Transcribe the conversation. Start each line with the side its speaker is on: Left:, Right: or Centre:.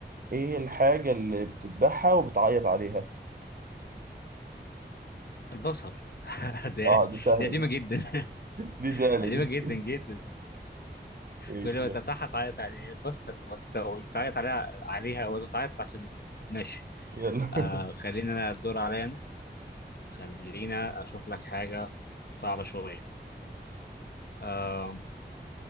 Right: ايه الحاجه اللي بتذبحها وبتعيط عليها
Left: البصل <laughs> ده
Right: اه دي سهله
Left: دي قديمة
Right: دي
Left: جدا
Right: دي
Left: <laughs>
Right: سهله
Left: قديمة
Right: دي
Left: جدا جدا
Right: <laughs> ايش
Left: كل ما
Right: ده
Left: تتعاطى تعيط عليه البصل وت- وتعيط عليها عليها وتتعيط عشان ال- ماشي
Right: يلا
Left: آه
Right: <laughs>
Left: خلينا انا الدور عليا أنا. خلينا اشوف لك حاجه صعبه شويه آه